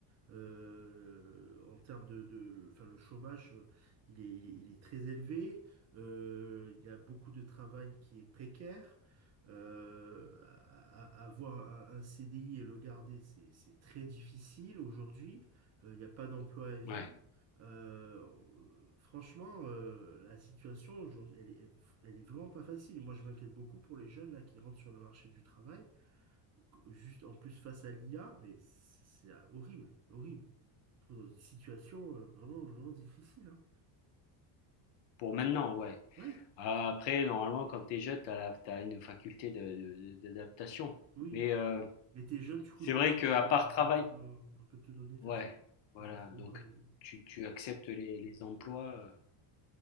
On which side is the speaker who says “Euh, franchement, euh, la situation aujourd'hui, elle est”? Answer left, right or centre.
Right